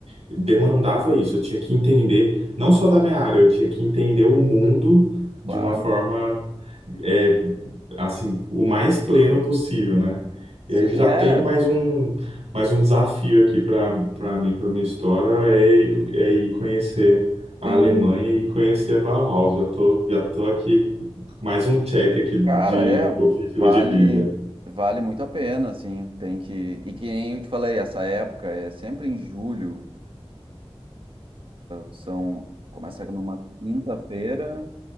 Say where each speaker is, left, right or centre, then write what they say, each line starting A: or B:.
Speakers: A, on the right; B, on the right.
A: demandava isso, eu tinha que entender não só da minha área, eu tinha que entender o mundo
B: claro.
A: de uma forma eh, assim, o mais pleno possível, né? E
B: Sim,
A: aí já
B: é,
A: tenho mais um, mais um desafio aqui para para mim, para minha história, é, ir- é ir conhecer a
B: tem.
A: Alemanha e conhecer a Bauhaus. Já tô, já tô aqui, mais um check aqui de
B: Cara, é,
A: objetivo
B: vale,
A: de vida.
B: vale muito a pena, assim, tem que, e que nem eu te falei, essa época é sempre em julho, são, começa numa quinta-feira